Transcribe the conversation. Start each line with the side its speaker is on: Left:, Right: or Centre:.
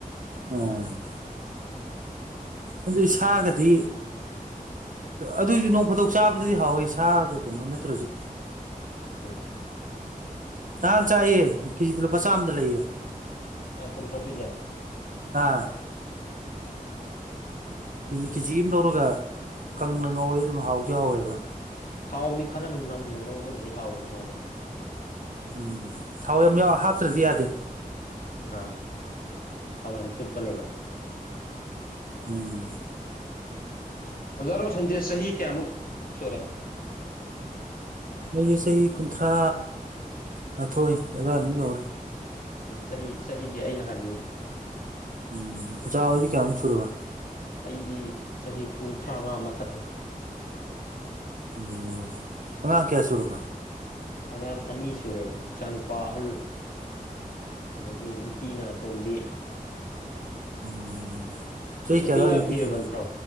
Right: ꯎꯝ ꯑꯗꯨ ꯁꯥꯒꯗꯤ ꯑꯗꯨꯏꯁꯨ ꯅꯣꯡ ꯐꯗꯣꯛ ꯆꯥꯕꯗꯨꯗꯤ ꯍꯥꯎꯋꯦ ꯁꯥꯒ ꯀꯩꯅꯣ ꯅꯠꯇ꯭ꯔꯁꯨ
Left: ꯎꯝ
Right: ꯅꯍꯥꯟ ꯆꯥꯏꯌꯦ ꯀꯦꯖꯤꯗ ꯂꯨꯄꯥ ꯆꯥꯝꯗ ꯂꯩꯌꯦ
Left: ꯑꯥ ꯀꯣꯝꯊ꯭ꯔꯣꯛꯄꯤꯁꯦ
Right: ꯑꯥ ꯀꯦꯖꯤ ꯀꯦꯖꯤ ꯑꯃ ꯂꯧꯔꯒ ꯀꯪꯅ ꯉꯥꯎꯋꯦ ꯑꯗꯨꯝ ꯍꯥꯎꯗꯤ ꯍꯥꯎꯋꯦꯕ
Left: ꯊꯥꯎꯗꯤ ꯈꯔ ꯅꯝꯅ ꯉꯧꯕꯅꯗꯤ ꯍꯥꯎꯕꯅꯤ ꯃꯥꯗꯤ
Right: ꯎꯝ ꯊꯥꯎ ꯌꯥꯝ ꯌꯥꯎ ꯍꯥꯞꯇ꯭ꯔꯗꯤ ꯌꯥꯗꯦ
Left: ꯑꯥ ꯑꯥꯎ ꯌꯥꯝ ꯆꯨꯞꯄꯅꯦꯕ
Right: ꯎꯝ
Left: ꯑꯣꯖꯥꯔꯣ ꯁꯟꯗꯦ ꯆꯍꯤ ꯀꯌꯥꯃꯨꯛ ꯁꯨꯔꯦ
Right: ꯑꯩꯁ ꯆꯍꯤ ꯀꯨꯟꯊ꯭ꯔꯥ ꯃꯥꯊꯣꯏ ꯑꯗꯨꯋꯥꯏꯃꯨꯛ ꯌꯧꯔꯦ
Left: ꯎ ꯆꯍꯤ ꯆꯍꯤꯗꯤ ꯑꯩꯅ ꯍꯜꯂꯤꯅꯤ
Right: ꯎꯝ ꯑꯣꯖꯥ ꯍꯧꯖꯤ ꯀꯌꯥꯃꯨꯛ ꯁꯨꯔꯨꯕ
Left: ꯑꯩꯗꯤ ꯆꯍꯤ ꯀꯨꯟꯊ꯭ꯔꯥꯃꯉꯥ ꯃꯊꯛ ꯂꯩ
Right: ꯑꯣ ꯑꯉꯥꯡ ꯀꯌꯥꯁꯨꯨꯔꯀ
Left: ꯑꯉꯥꯡ ꯑꯅꯤ ꯁꯨꯔꯦ ꯏꯆꯥꯅꯨꯄꯥ ꯑꯍꯜ ꯑꯗꯒꯤ ꯅꯨꯄꯤꯅꯇꯣꯝꯕꯤ
Right: ꯎꯝ ꯆꯍꯤꯏ
Left: ꯅꯨꯄꯤ
Right: ꯀꯗꯅ
Left: ꯑꯉꯥꯡ
Right: ꯄ
Left: ꯊꯤꯔꯕ
Right: ꯊ
Left: ꯅꯠꯇ꯭ꯔꯣ